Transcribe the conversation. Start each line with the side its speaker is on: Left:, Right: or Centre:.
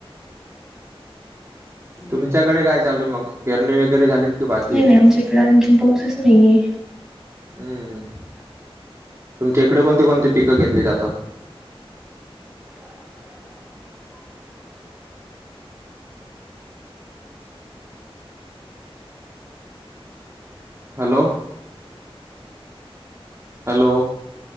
Right: तुमच्याकडे काय चालू आहे मग पेरणी वगैरे झालीत की बाकी
Centre: नाही
Right: आहे?
Centre: नाही आमच्या इकड आणखीन पाऊसच नाहीये
Right: हम् तुमच्या इकडे कोणती कोणती पिकं घेतली जातात
Centre: <inaudible>
Right: हॅलो हॅलो